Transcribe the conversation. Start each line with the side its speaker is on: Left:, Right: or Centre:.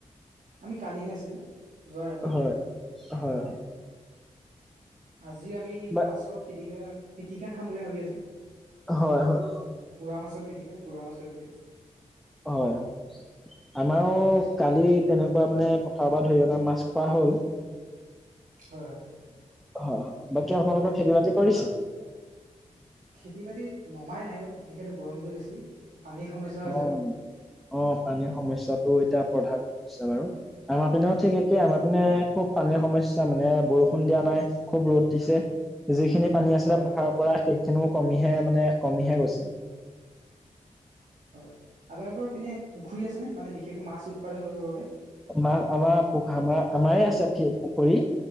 Right: আমি কালি খাইছিলো যোৱা ৰাতি
Centre: হয় হয় হয়
Right: আজিও আমি
Centre: বা
Right: মাছৰ পিটিকা পিটিকা খাম বুলি ভাবি আছো
Centre: হয় হয়
Right: পোৰা মাছৰ পিটিকা পুৰা মাছৰ পিটিকা
Centre: হয় আমাৰো কালি তেনেকুৱা মানে পথাৰৰ পৰা ধৰি অনা মাছ খোৱা হ'ল।
Right: হয়, হয়।
Centre: হয়, বাকী আপোনালোকৰ খেতি বাতি
Right: আপোনালোকৰ
Centre: কৰিছে?
Right: খেতি বাতিত নমাই নাইও যিহেতু গৰমটো বেছি। পানীৰ সমস্যাও আছে
Centre: অ,
Right: অলপ
Centre: অ, পানীৰ সময়চিয়েত এতিয়া প্ৰধান সমস্যা বাৰু আমাৰ পিনেও ঠিক একেই আমাৰ পিনে খুব পানীৰ সমস্যা মানে ব বৰষুণ দিয়া নাই খুব ৰদ দি যিখিনি পানী আছিলে
Right: হয় হয়
Centre: পথাৰৰ পৰা সেইখিনিও কমিহে মানে কমিহে গৈছিল।
Right: হয় আপোনালোকৰ পিনে পুখুৰী আছে নে মানে বিশেষকৈ মাছ উৎপাদন কৰিবৰ বাবে?
Centre: আমাৰ আমাৰু আমাৰ আমাৰে আছে পুখুৰী।